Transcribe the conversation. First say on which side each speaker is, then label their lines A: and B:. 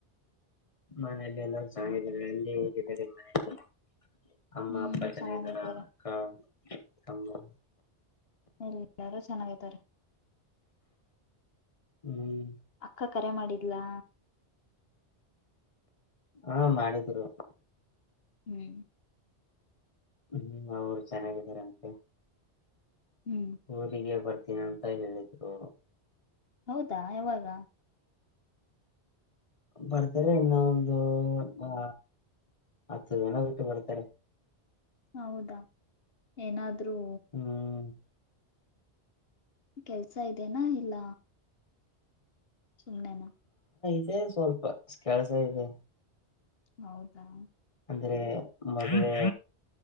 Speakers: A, on the left; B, on the left.
A: ಮನೇಲೆ ಎಲ್ಲ ಚನ್ನ ಅಲ್ಲಿ ಹೇಗಿದ್ದಾರೆ ಮನ ಅಮ್ಮ
B: ಹ್ಮ್
A: ಅಪ್ಪ ಚೆನ
B: ಚೆನ್ನಾಗಿದ್ದಾರೆ
A: ಇದ್ದಾರ ಅಕ್ಕಾ ಹ
B: ಎಲ್ಲಾರು ಚೆನ್ನಾಗೈತಾರೆ
A: ಹ್ಮ್
B: ಅಕ್ಕ ಕರೆ ಮಾಡಿದ್ಲಾ
A: ಹಾ ಮಾಡಿದ್ರು
B: ಹ್ಮ್
A: ಹ್ಮ್ ಅವ್ರು ಚೆನ್ನಾಗಾರ ಅಂತೆ
B: ಹ್ಮ್
A: ಊರಿಗೆ ಬರ್ತ ದಿನಂತ ಹೇಳಿದ್ರು
B: ಹೌದಾ ಯಾವಾಗ
A: ಬರ್ತಾರೆ ಇನ್ನ ಒಂದು ಅ ಹತ್ತು ಜನ ಬಿಟ್ಟು ಬರ್ತಾರೆ
B: ಹೌದಾ ಏನಾದ ೂ
A: ಹ್ಮ್
B: ಕೆಲ್ಸ ಇದೇನಾ ಇಲ್ಲ ಸುನೆನಾ
A: ಅೇ ಸ್ವಲ್ಪ ಕೆಲಸ ಇದೆ
B: ಹೌದಾ
A: ಅಂದ್ರೆ ಮದೆ